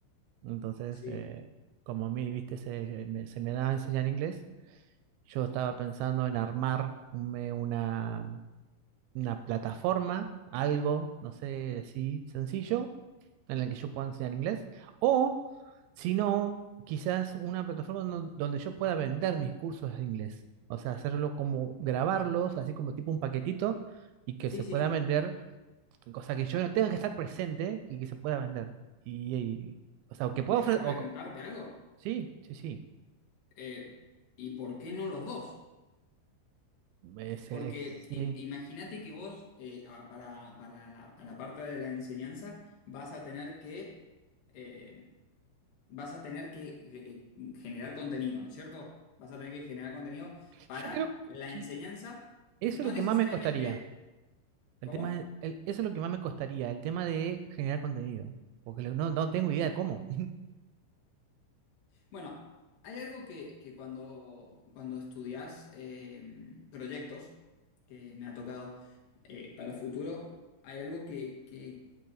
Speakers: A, on the right (about 85°); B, on the left (about 70°).
A: Entonces,
B: Sí.
A: eh, como a mí, viste, se me, se me da a enseñar inglés, yo estaba pensando en armar un- me- una, una plataforma, algo, no sé, así sencillo, en la que yo pueda enseñar inglés, o si no, quizás una plataforma don- donde yo pueda vender mis cursos de inglés, o sea, hacerlo como grabarlos, así como tipo un paquetito, y que
B: Sí,
A: se
B: sí.
A: pueda vender, cosa que yo no tenga que estar presente y que se pueda vender. Y, y- o sea, que pueda
B: ¿Me dejas
A: ofrecer,
B: preguntarte algo?
A: Sí, sí, sí.
B: Eh, ¿y por qué no los dos?
A: Es,
B: Porque
A: eh, sí.
B: im- imagínate que vos, eh, a- para, para la, a la parte de la enseñanza, vas a tener que, eh, vas a tener que eh, eh, generar contenido, ¿no es cierto? Vas a tener que generar contenido para
A: Yo creo
B: la
A: que
B: enseñanza,
A: eso
B: no
A: es lo
B: necesariamente,
A: que más me costaría. El
B: ¿cómo?
A: tema, de- el- eso es lo que más me costaría, el tema de generar contenido. Porque lo- no, no tengo idea de cómo.
B: Bueno, hay algo que, que cuando, cuando estudias eh, proyectos, que me ha tocado eh, para futuro, hay algo que, que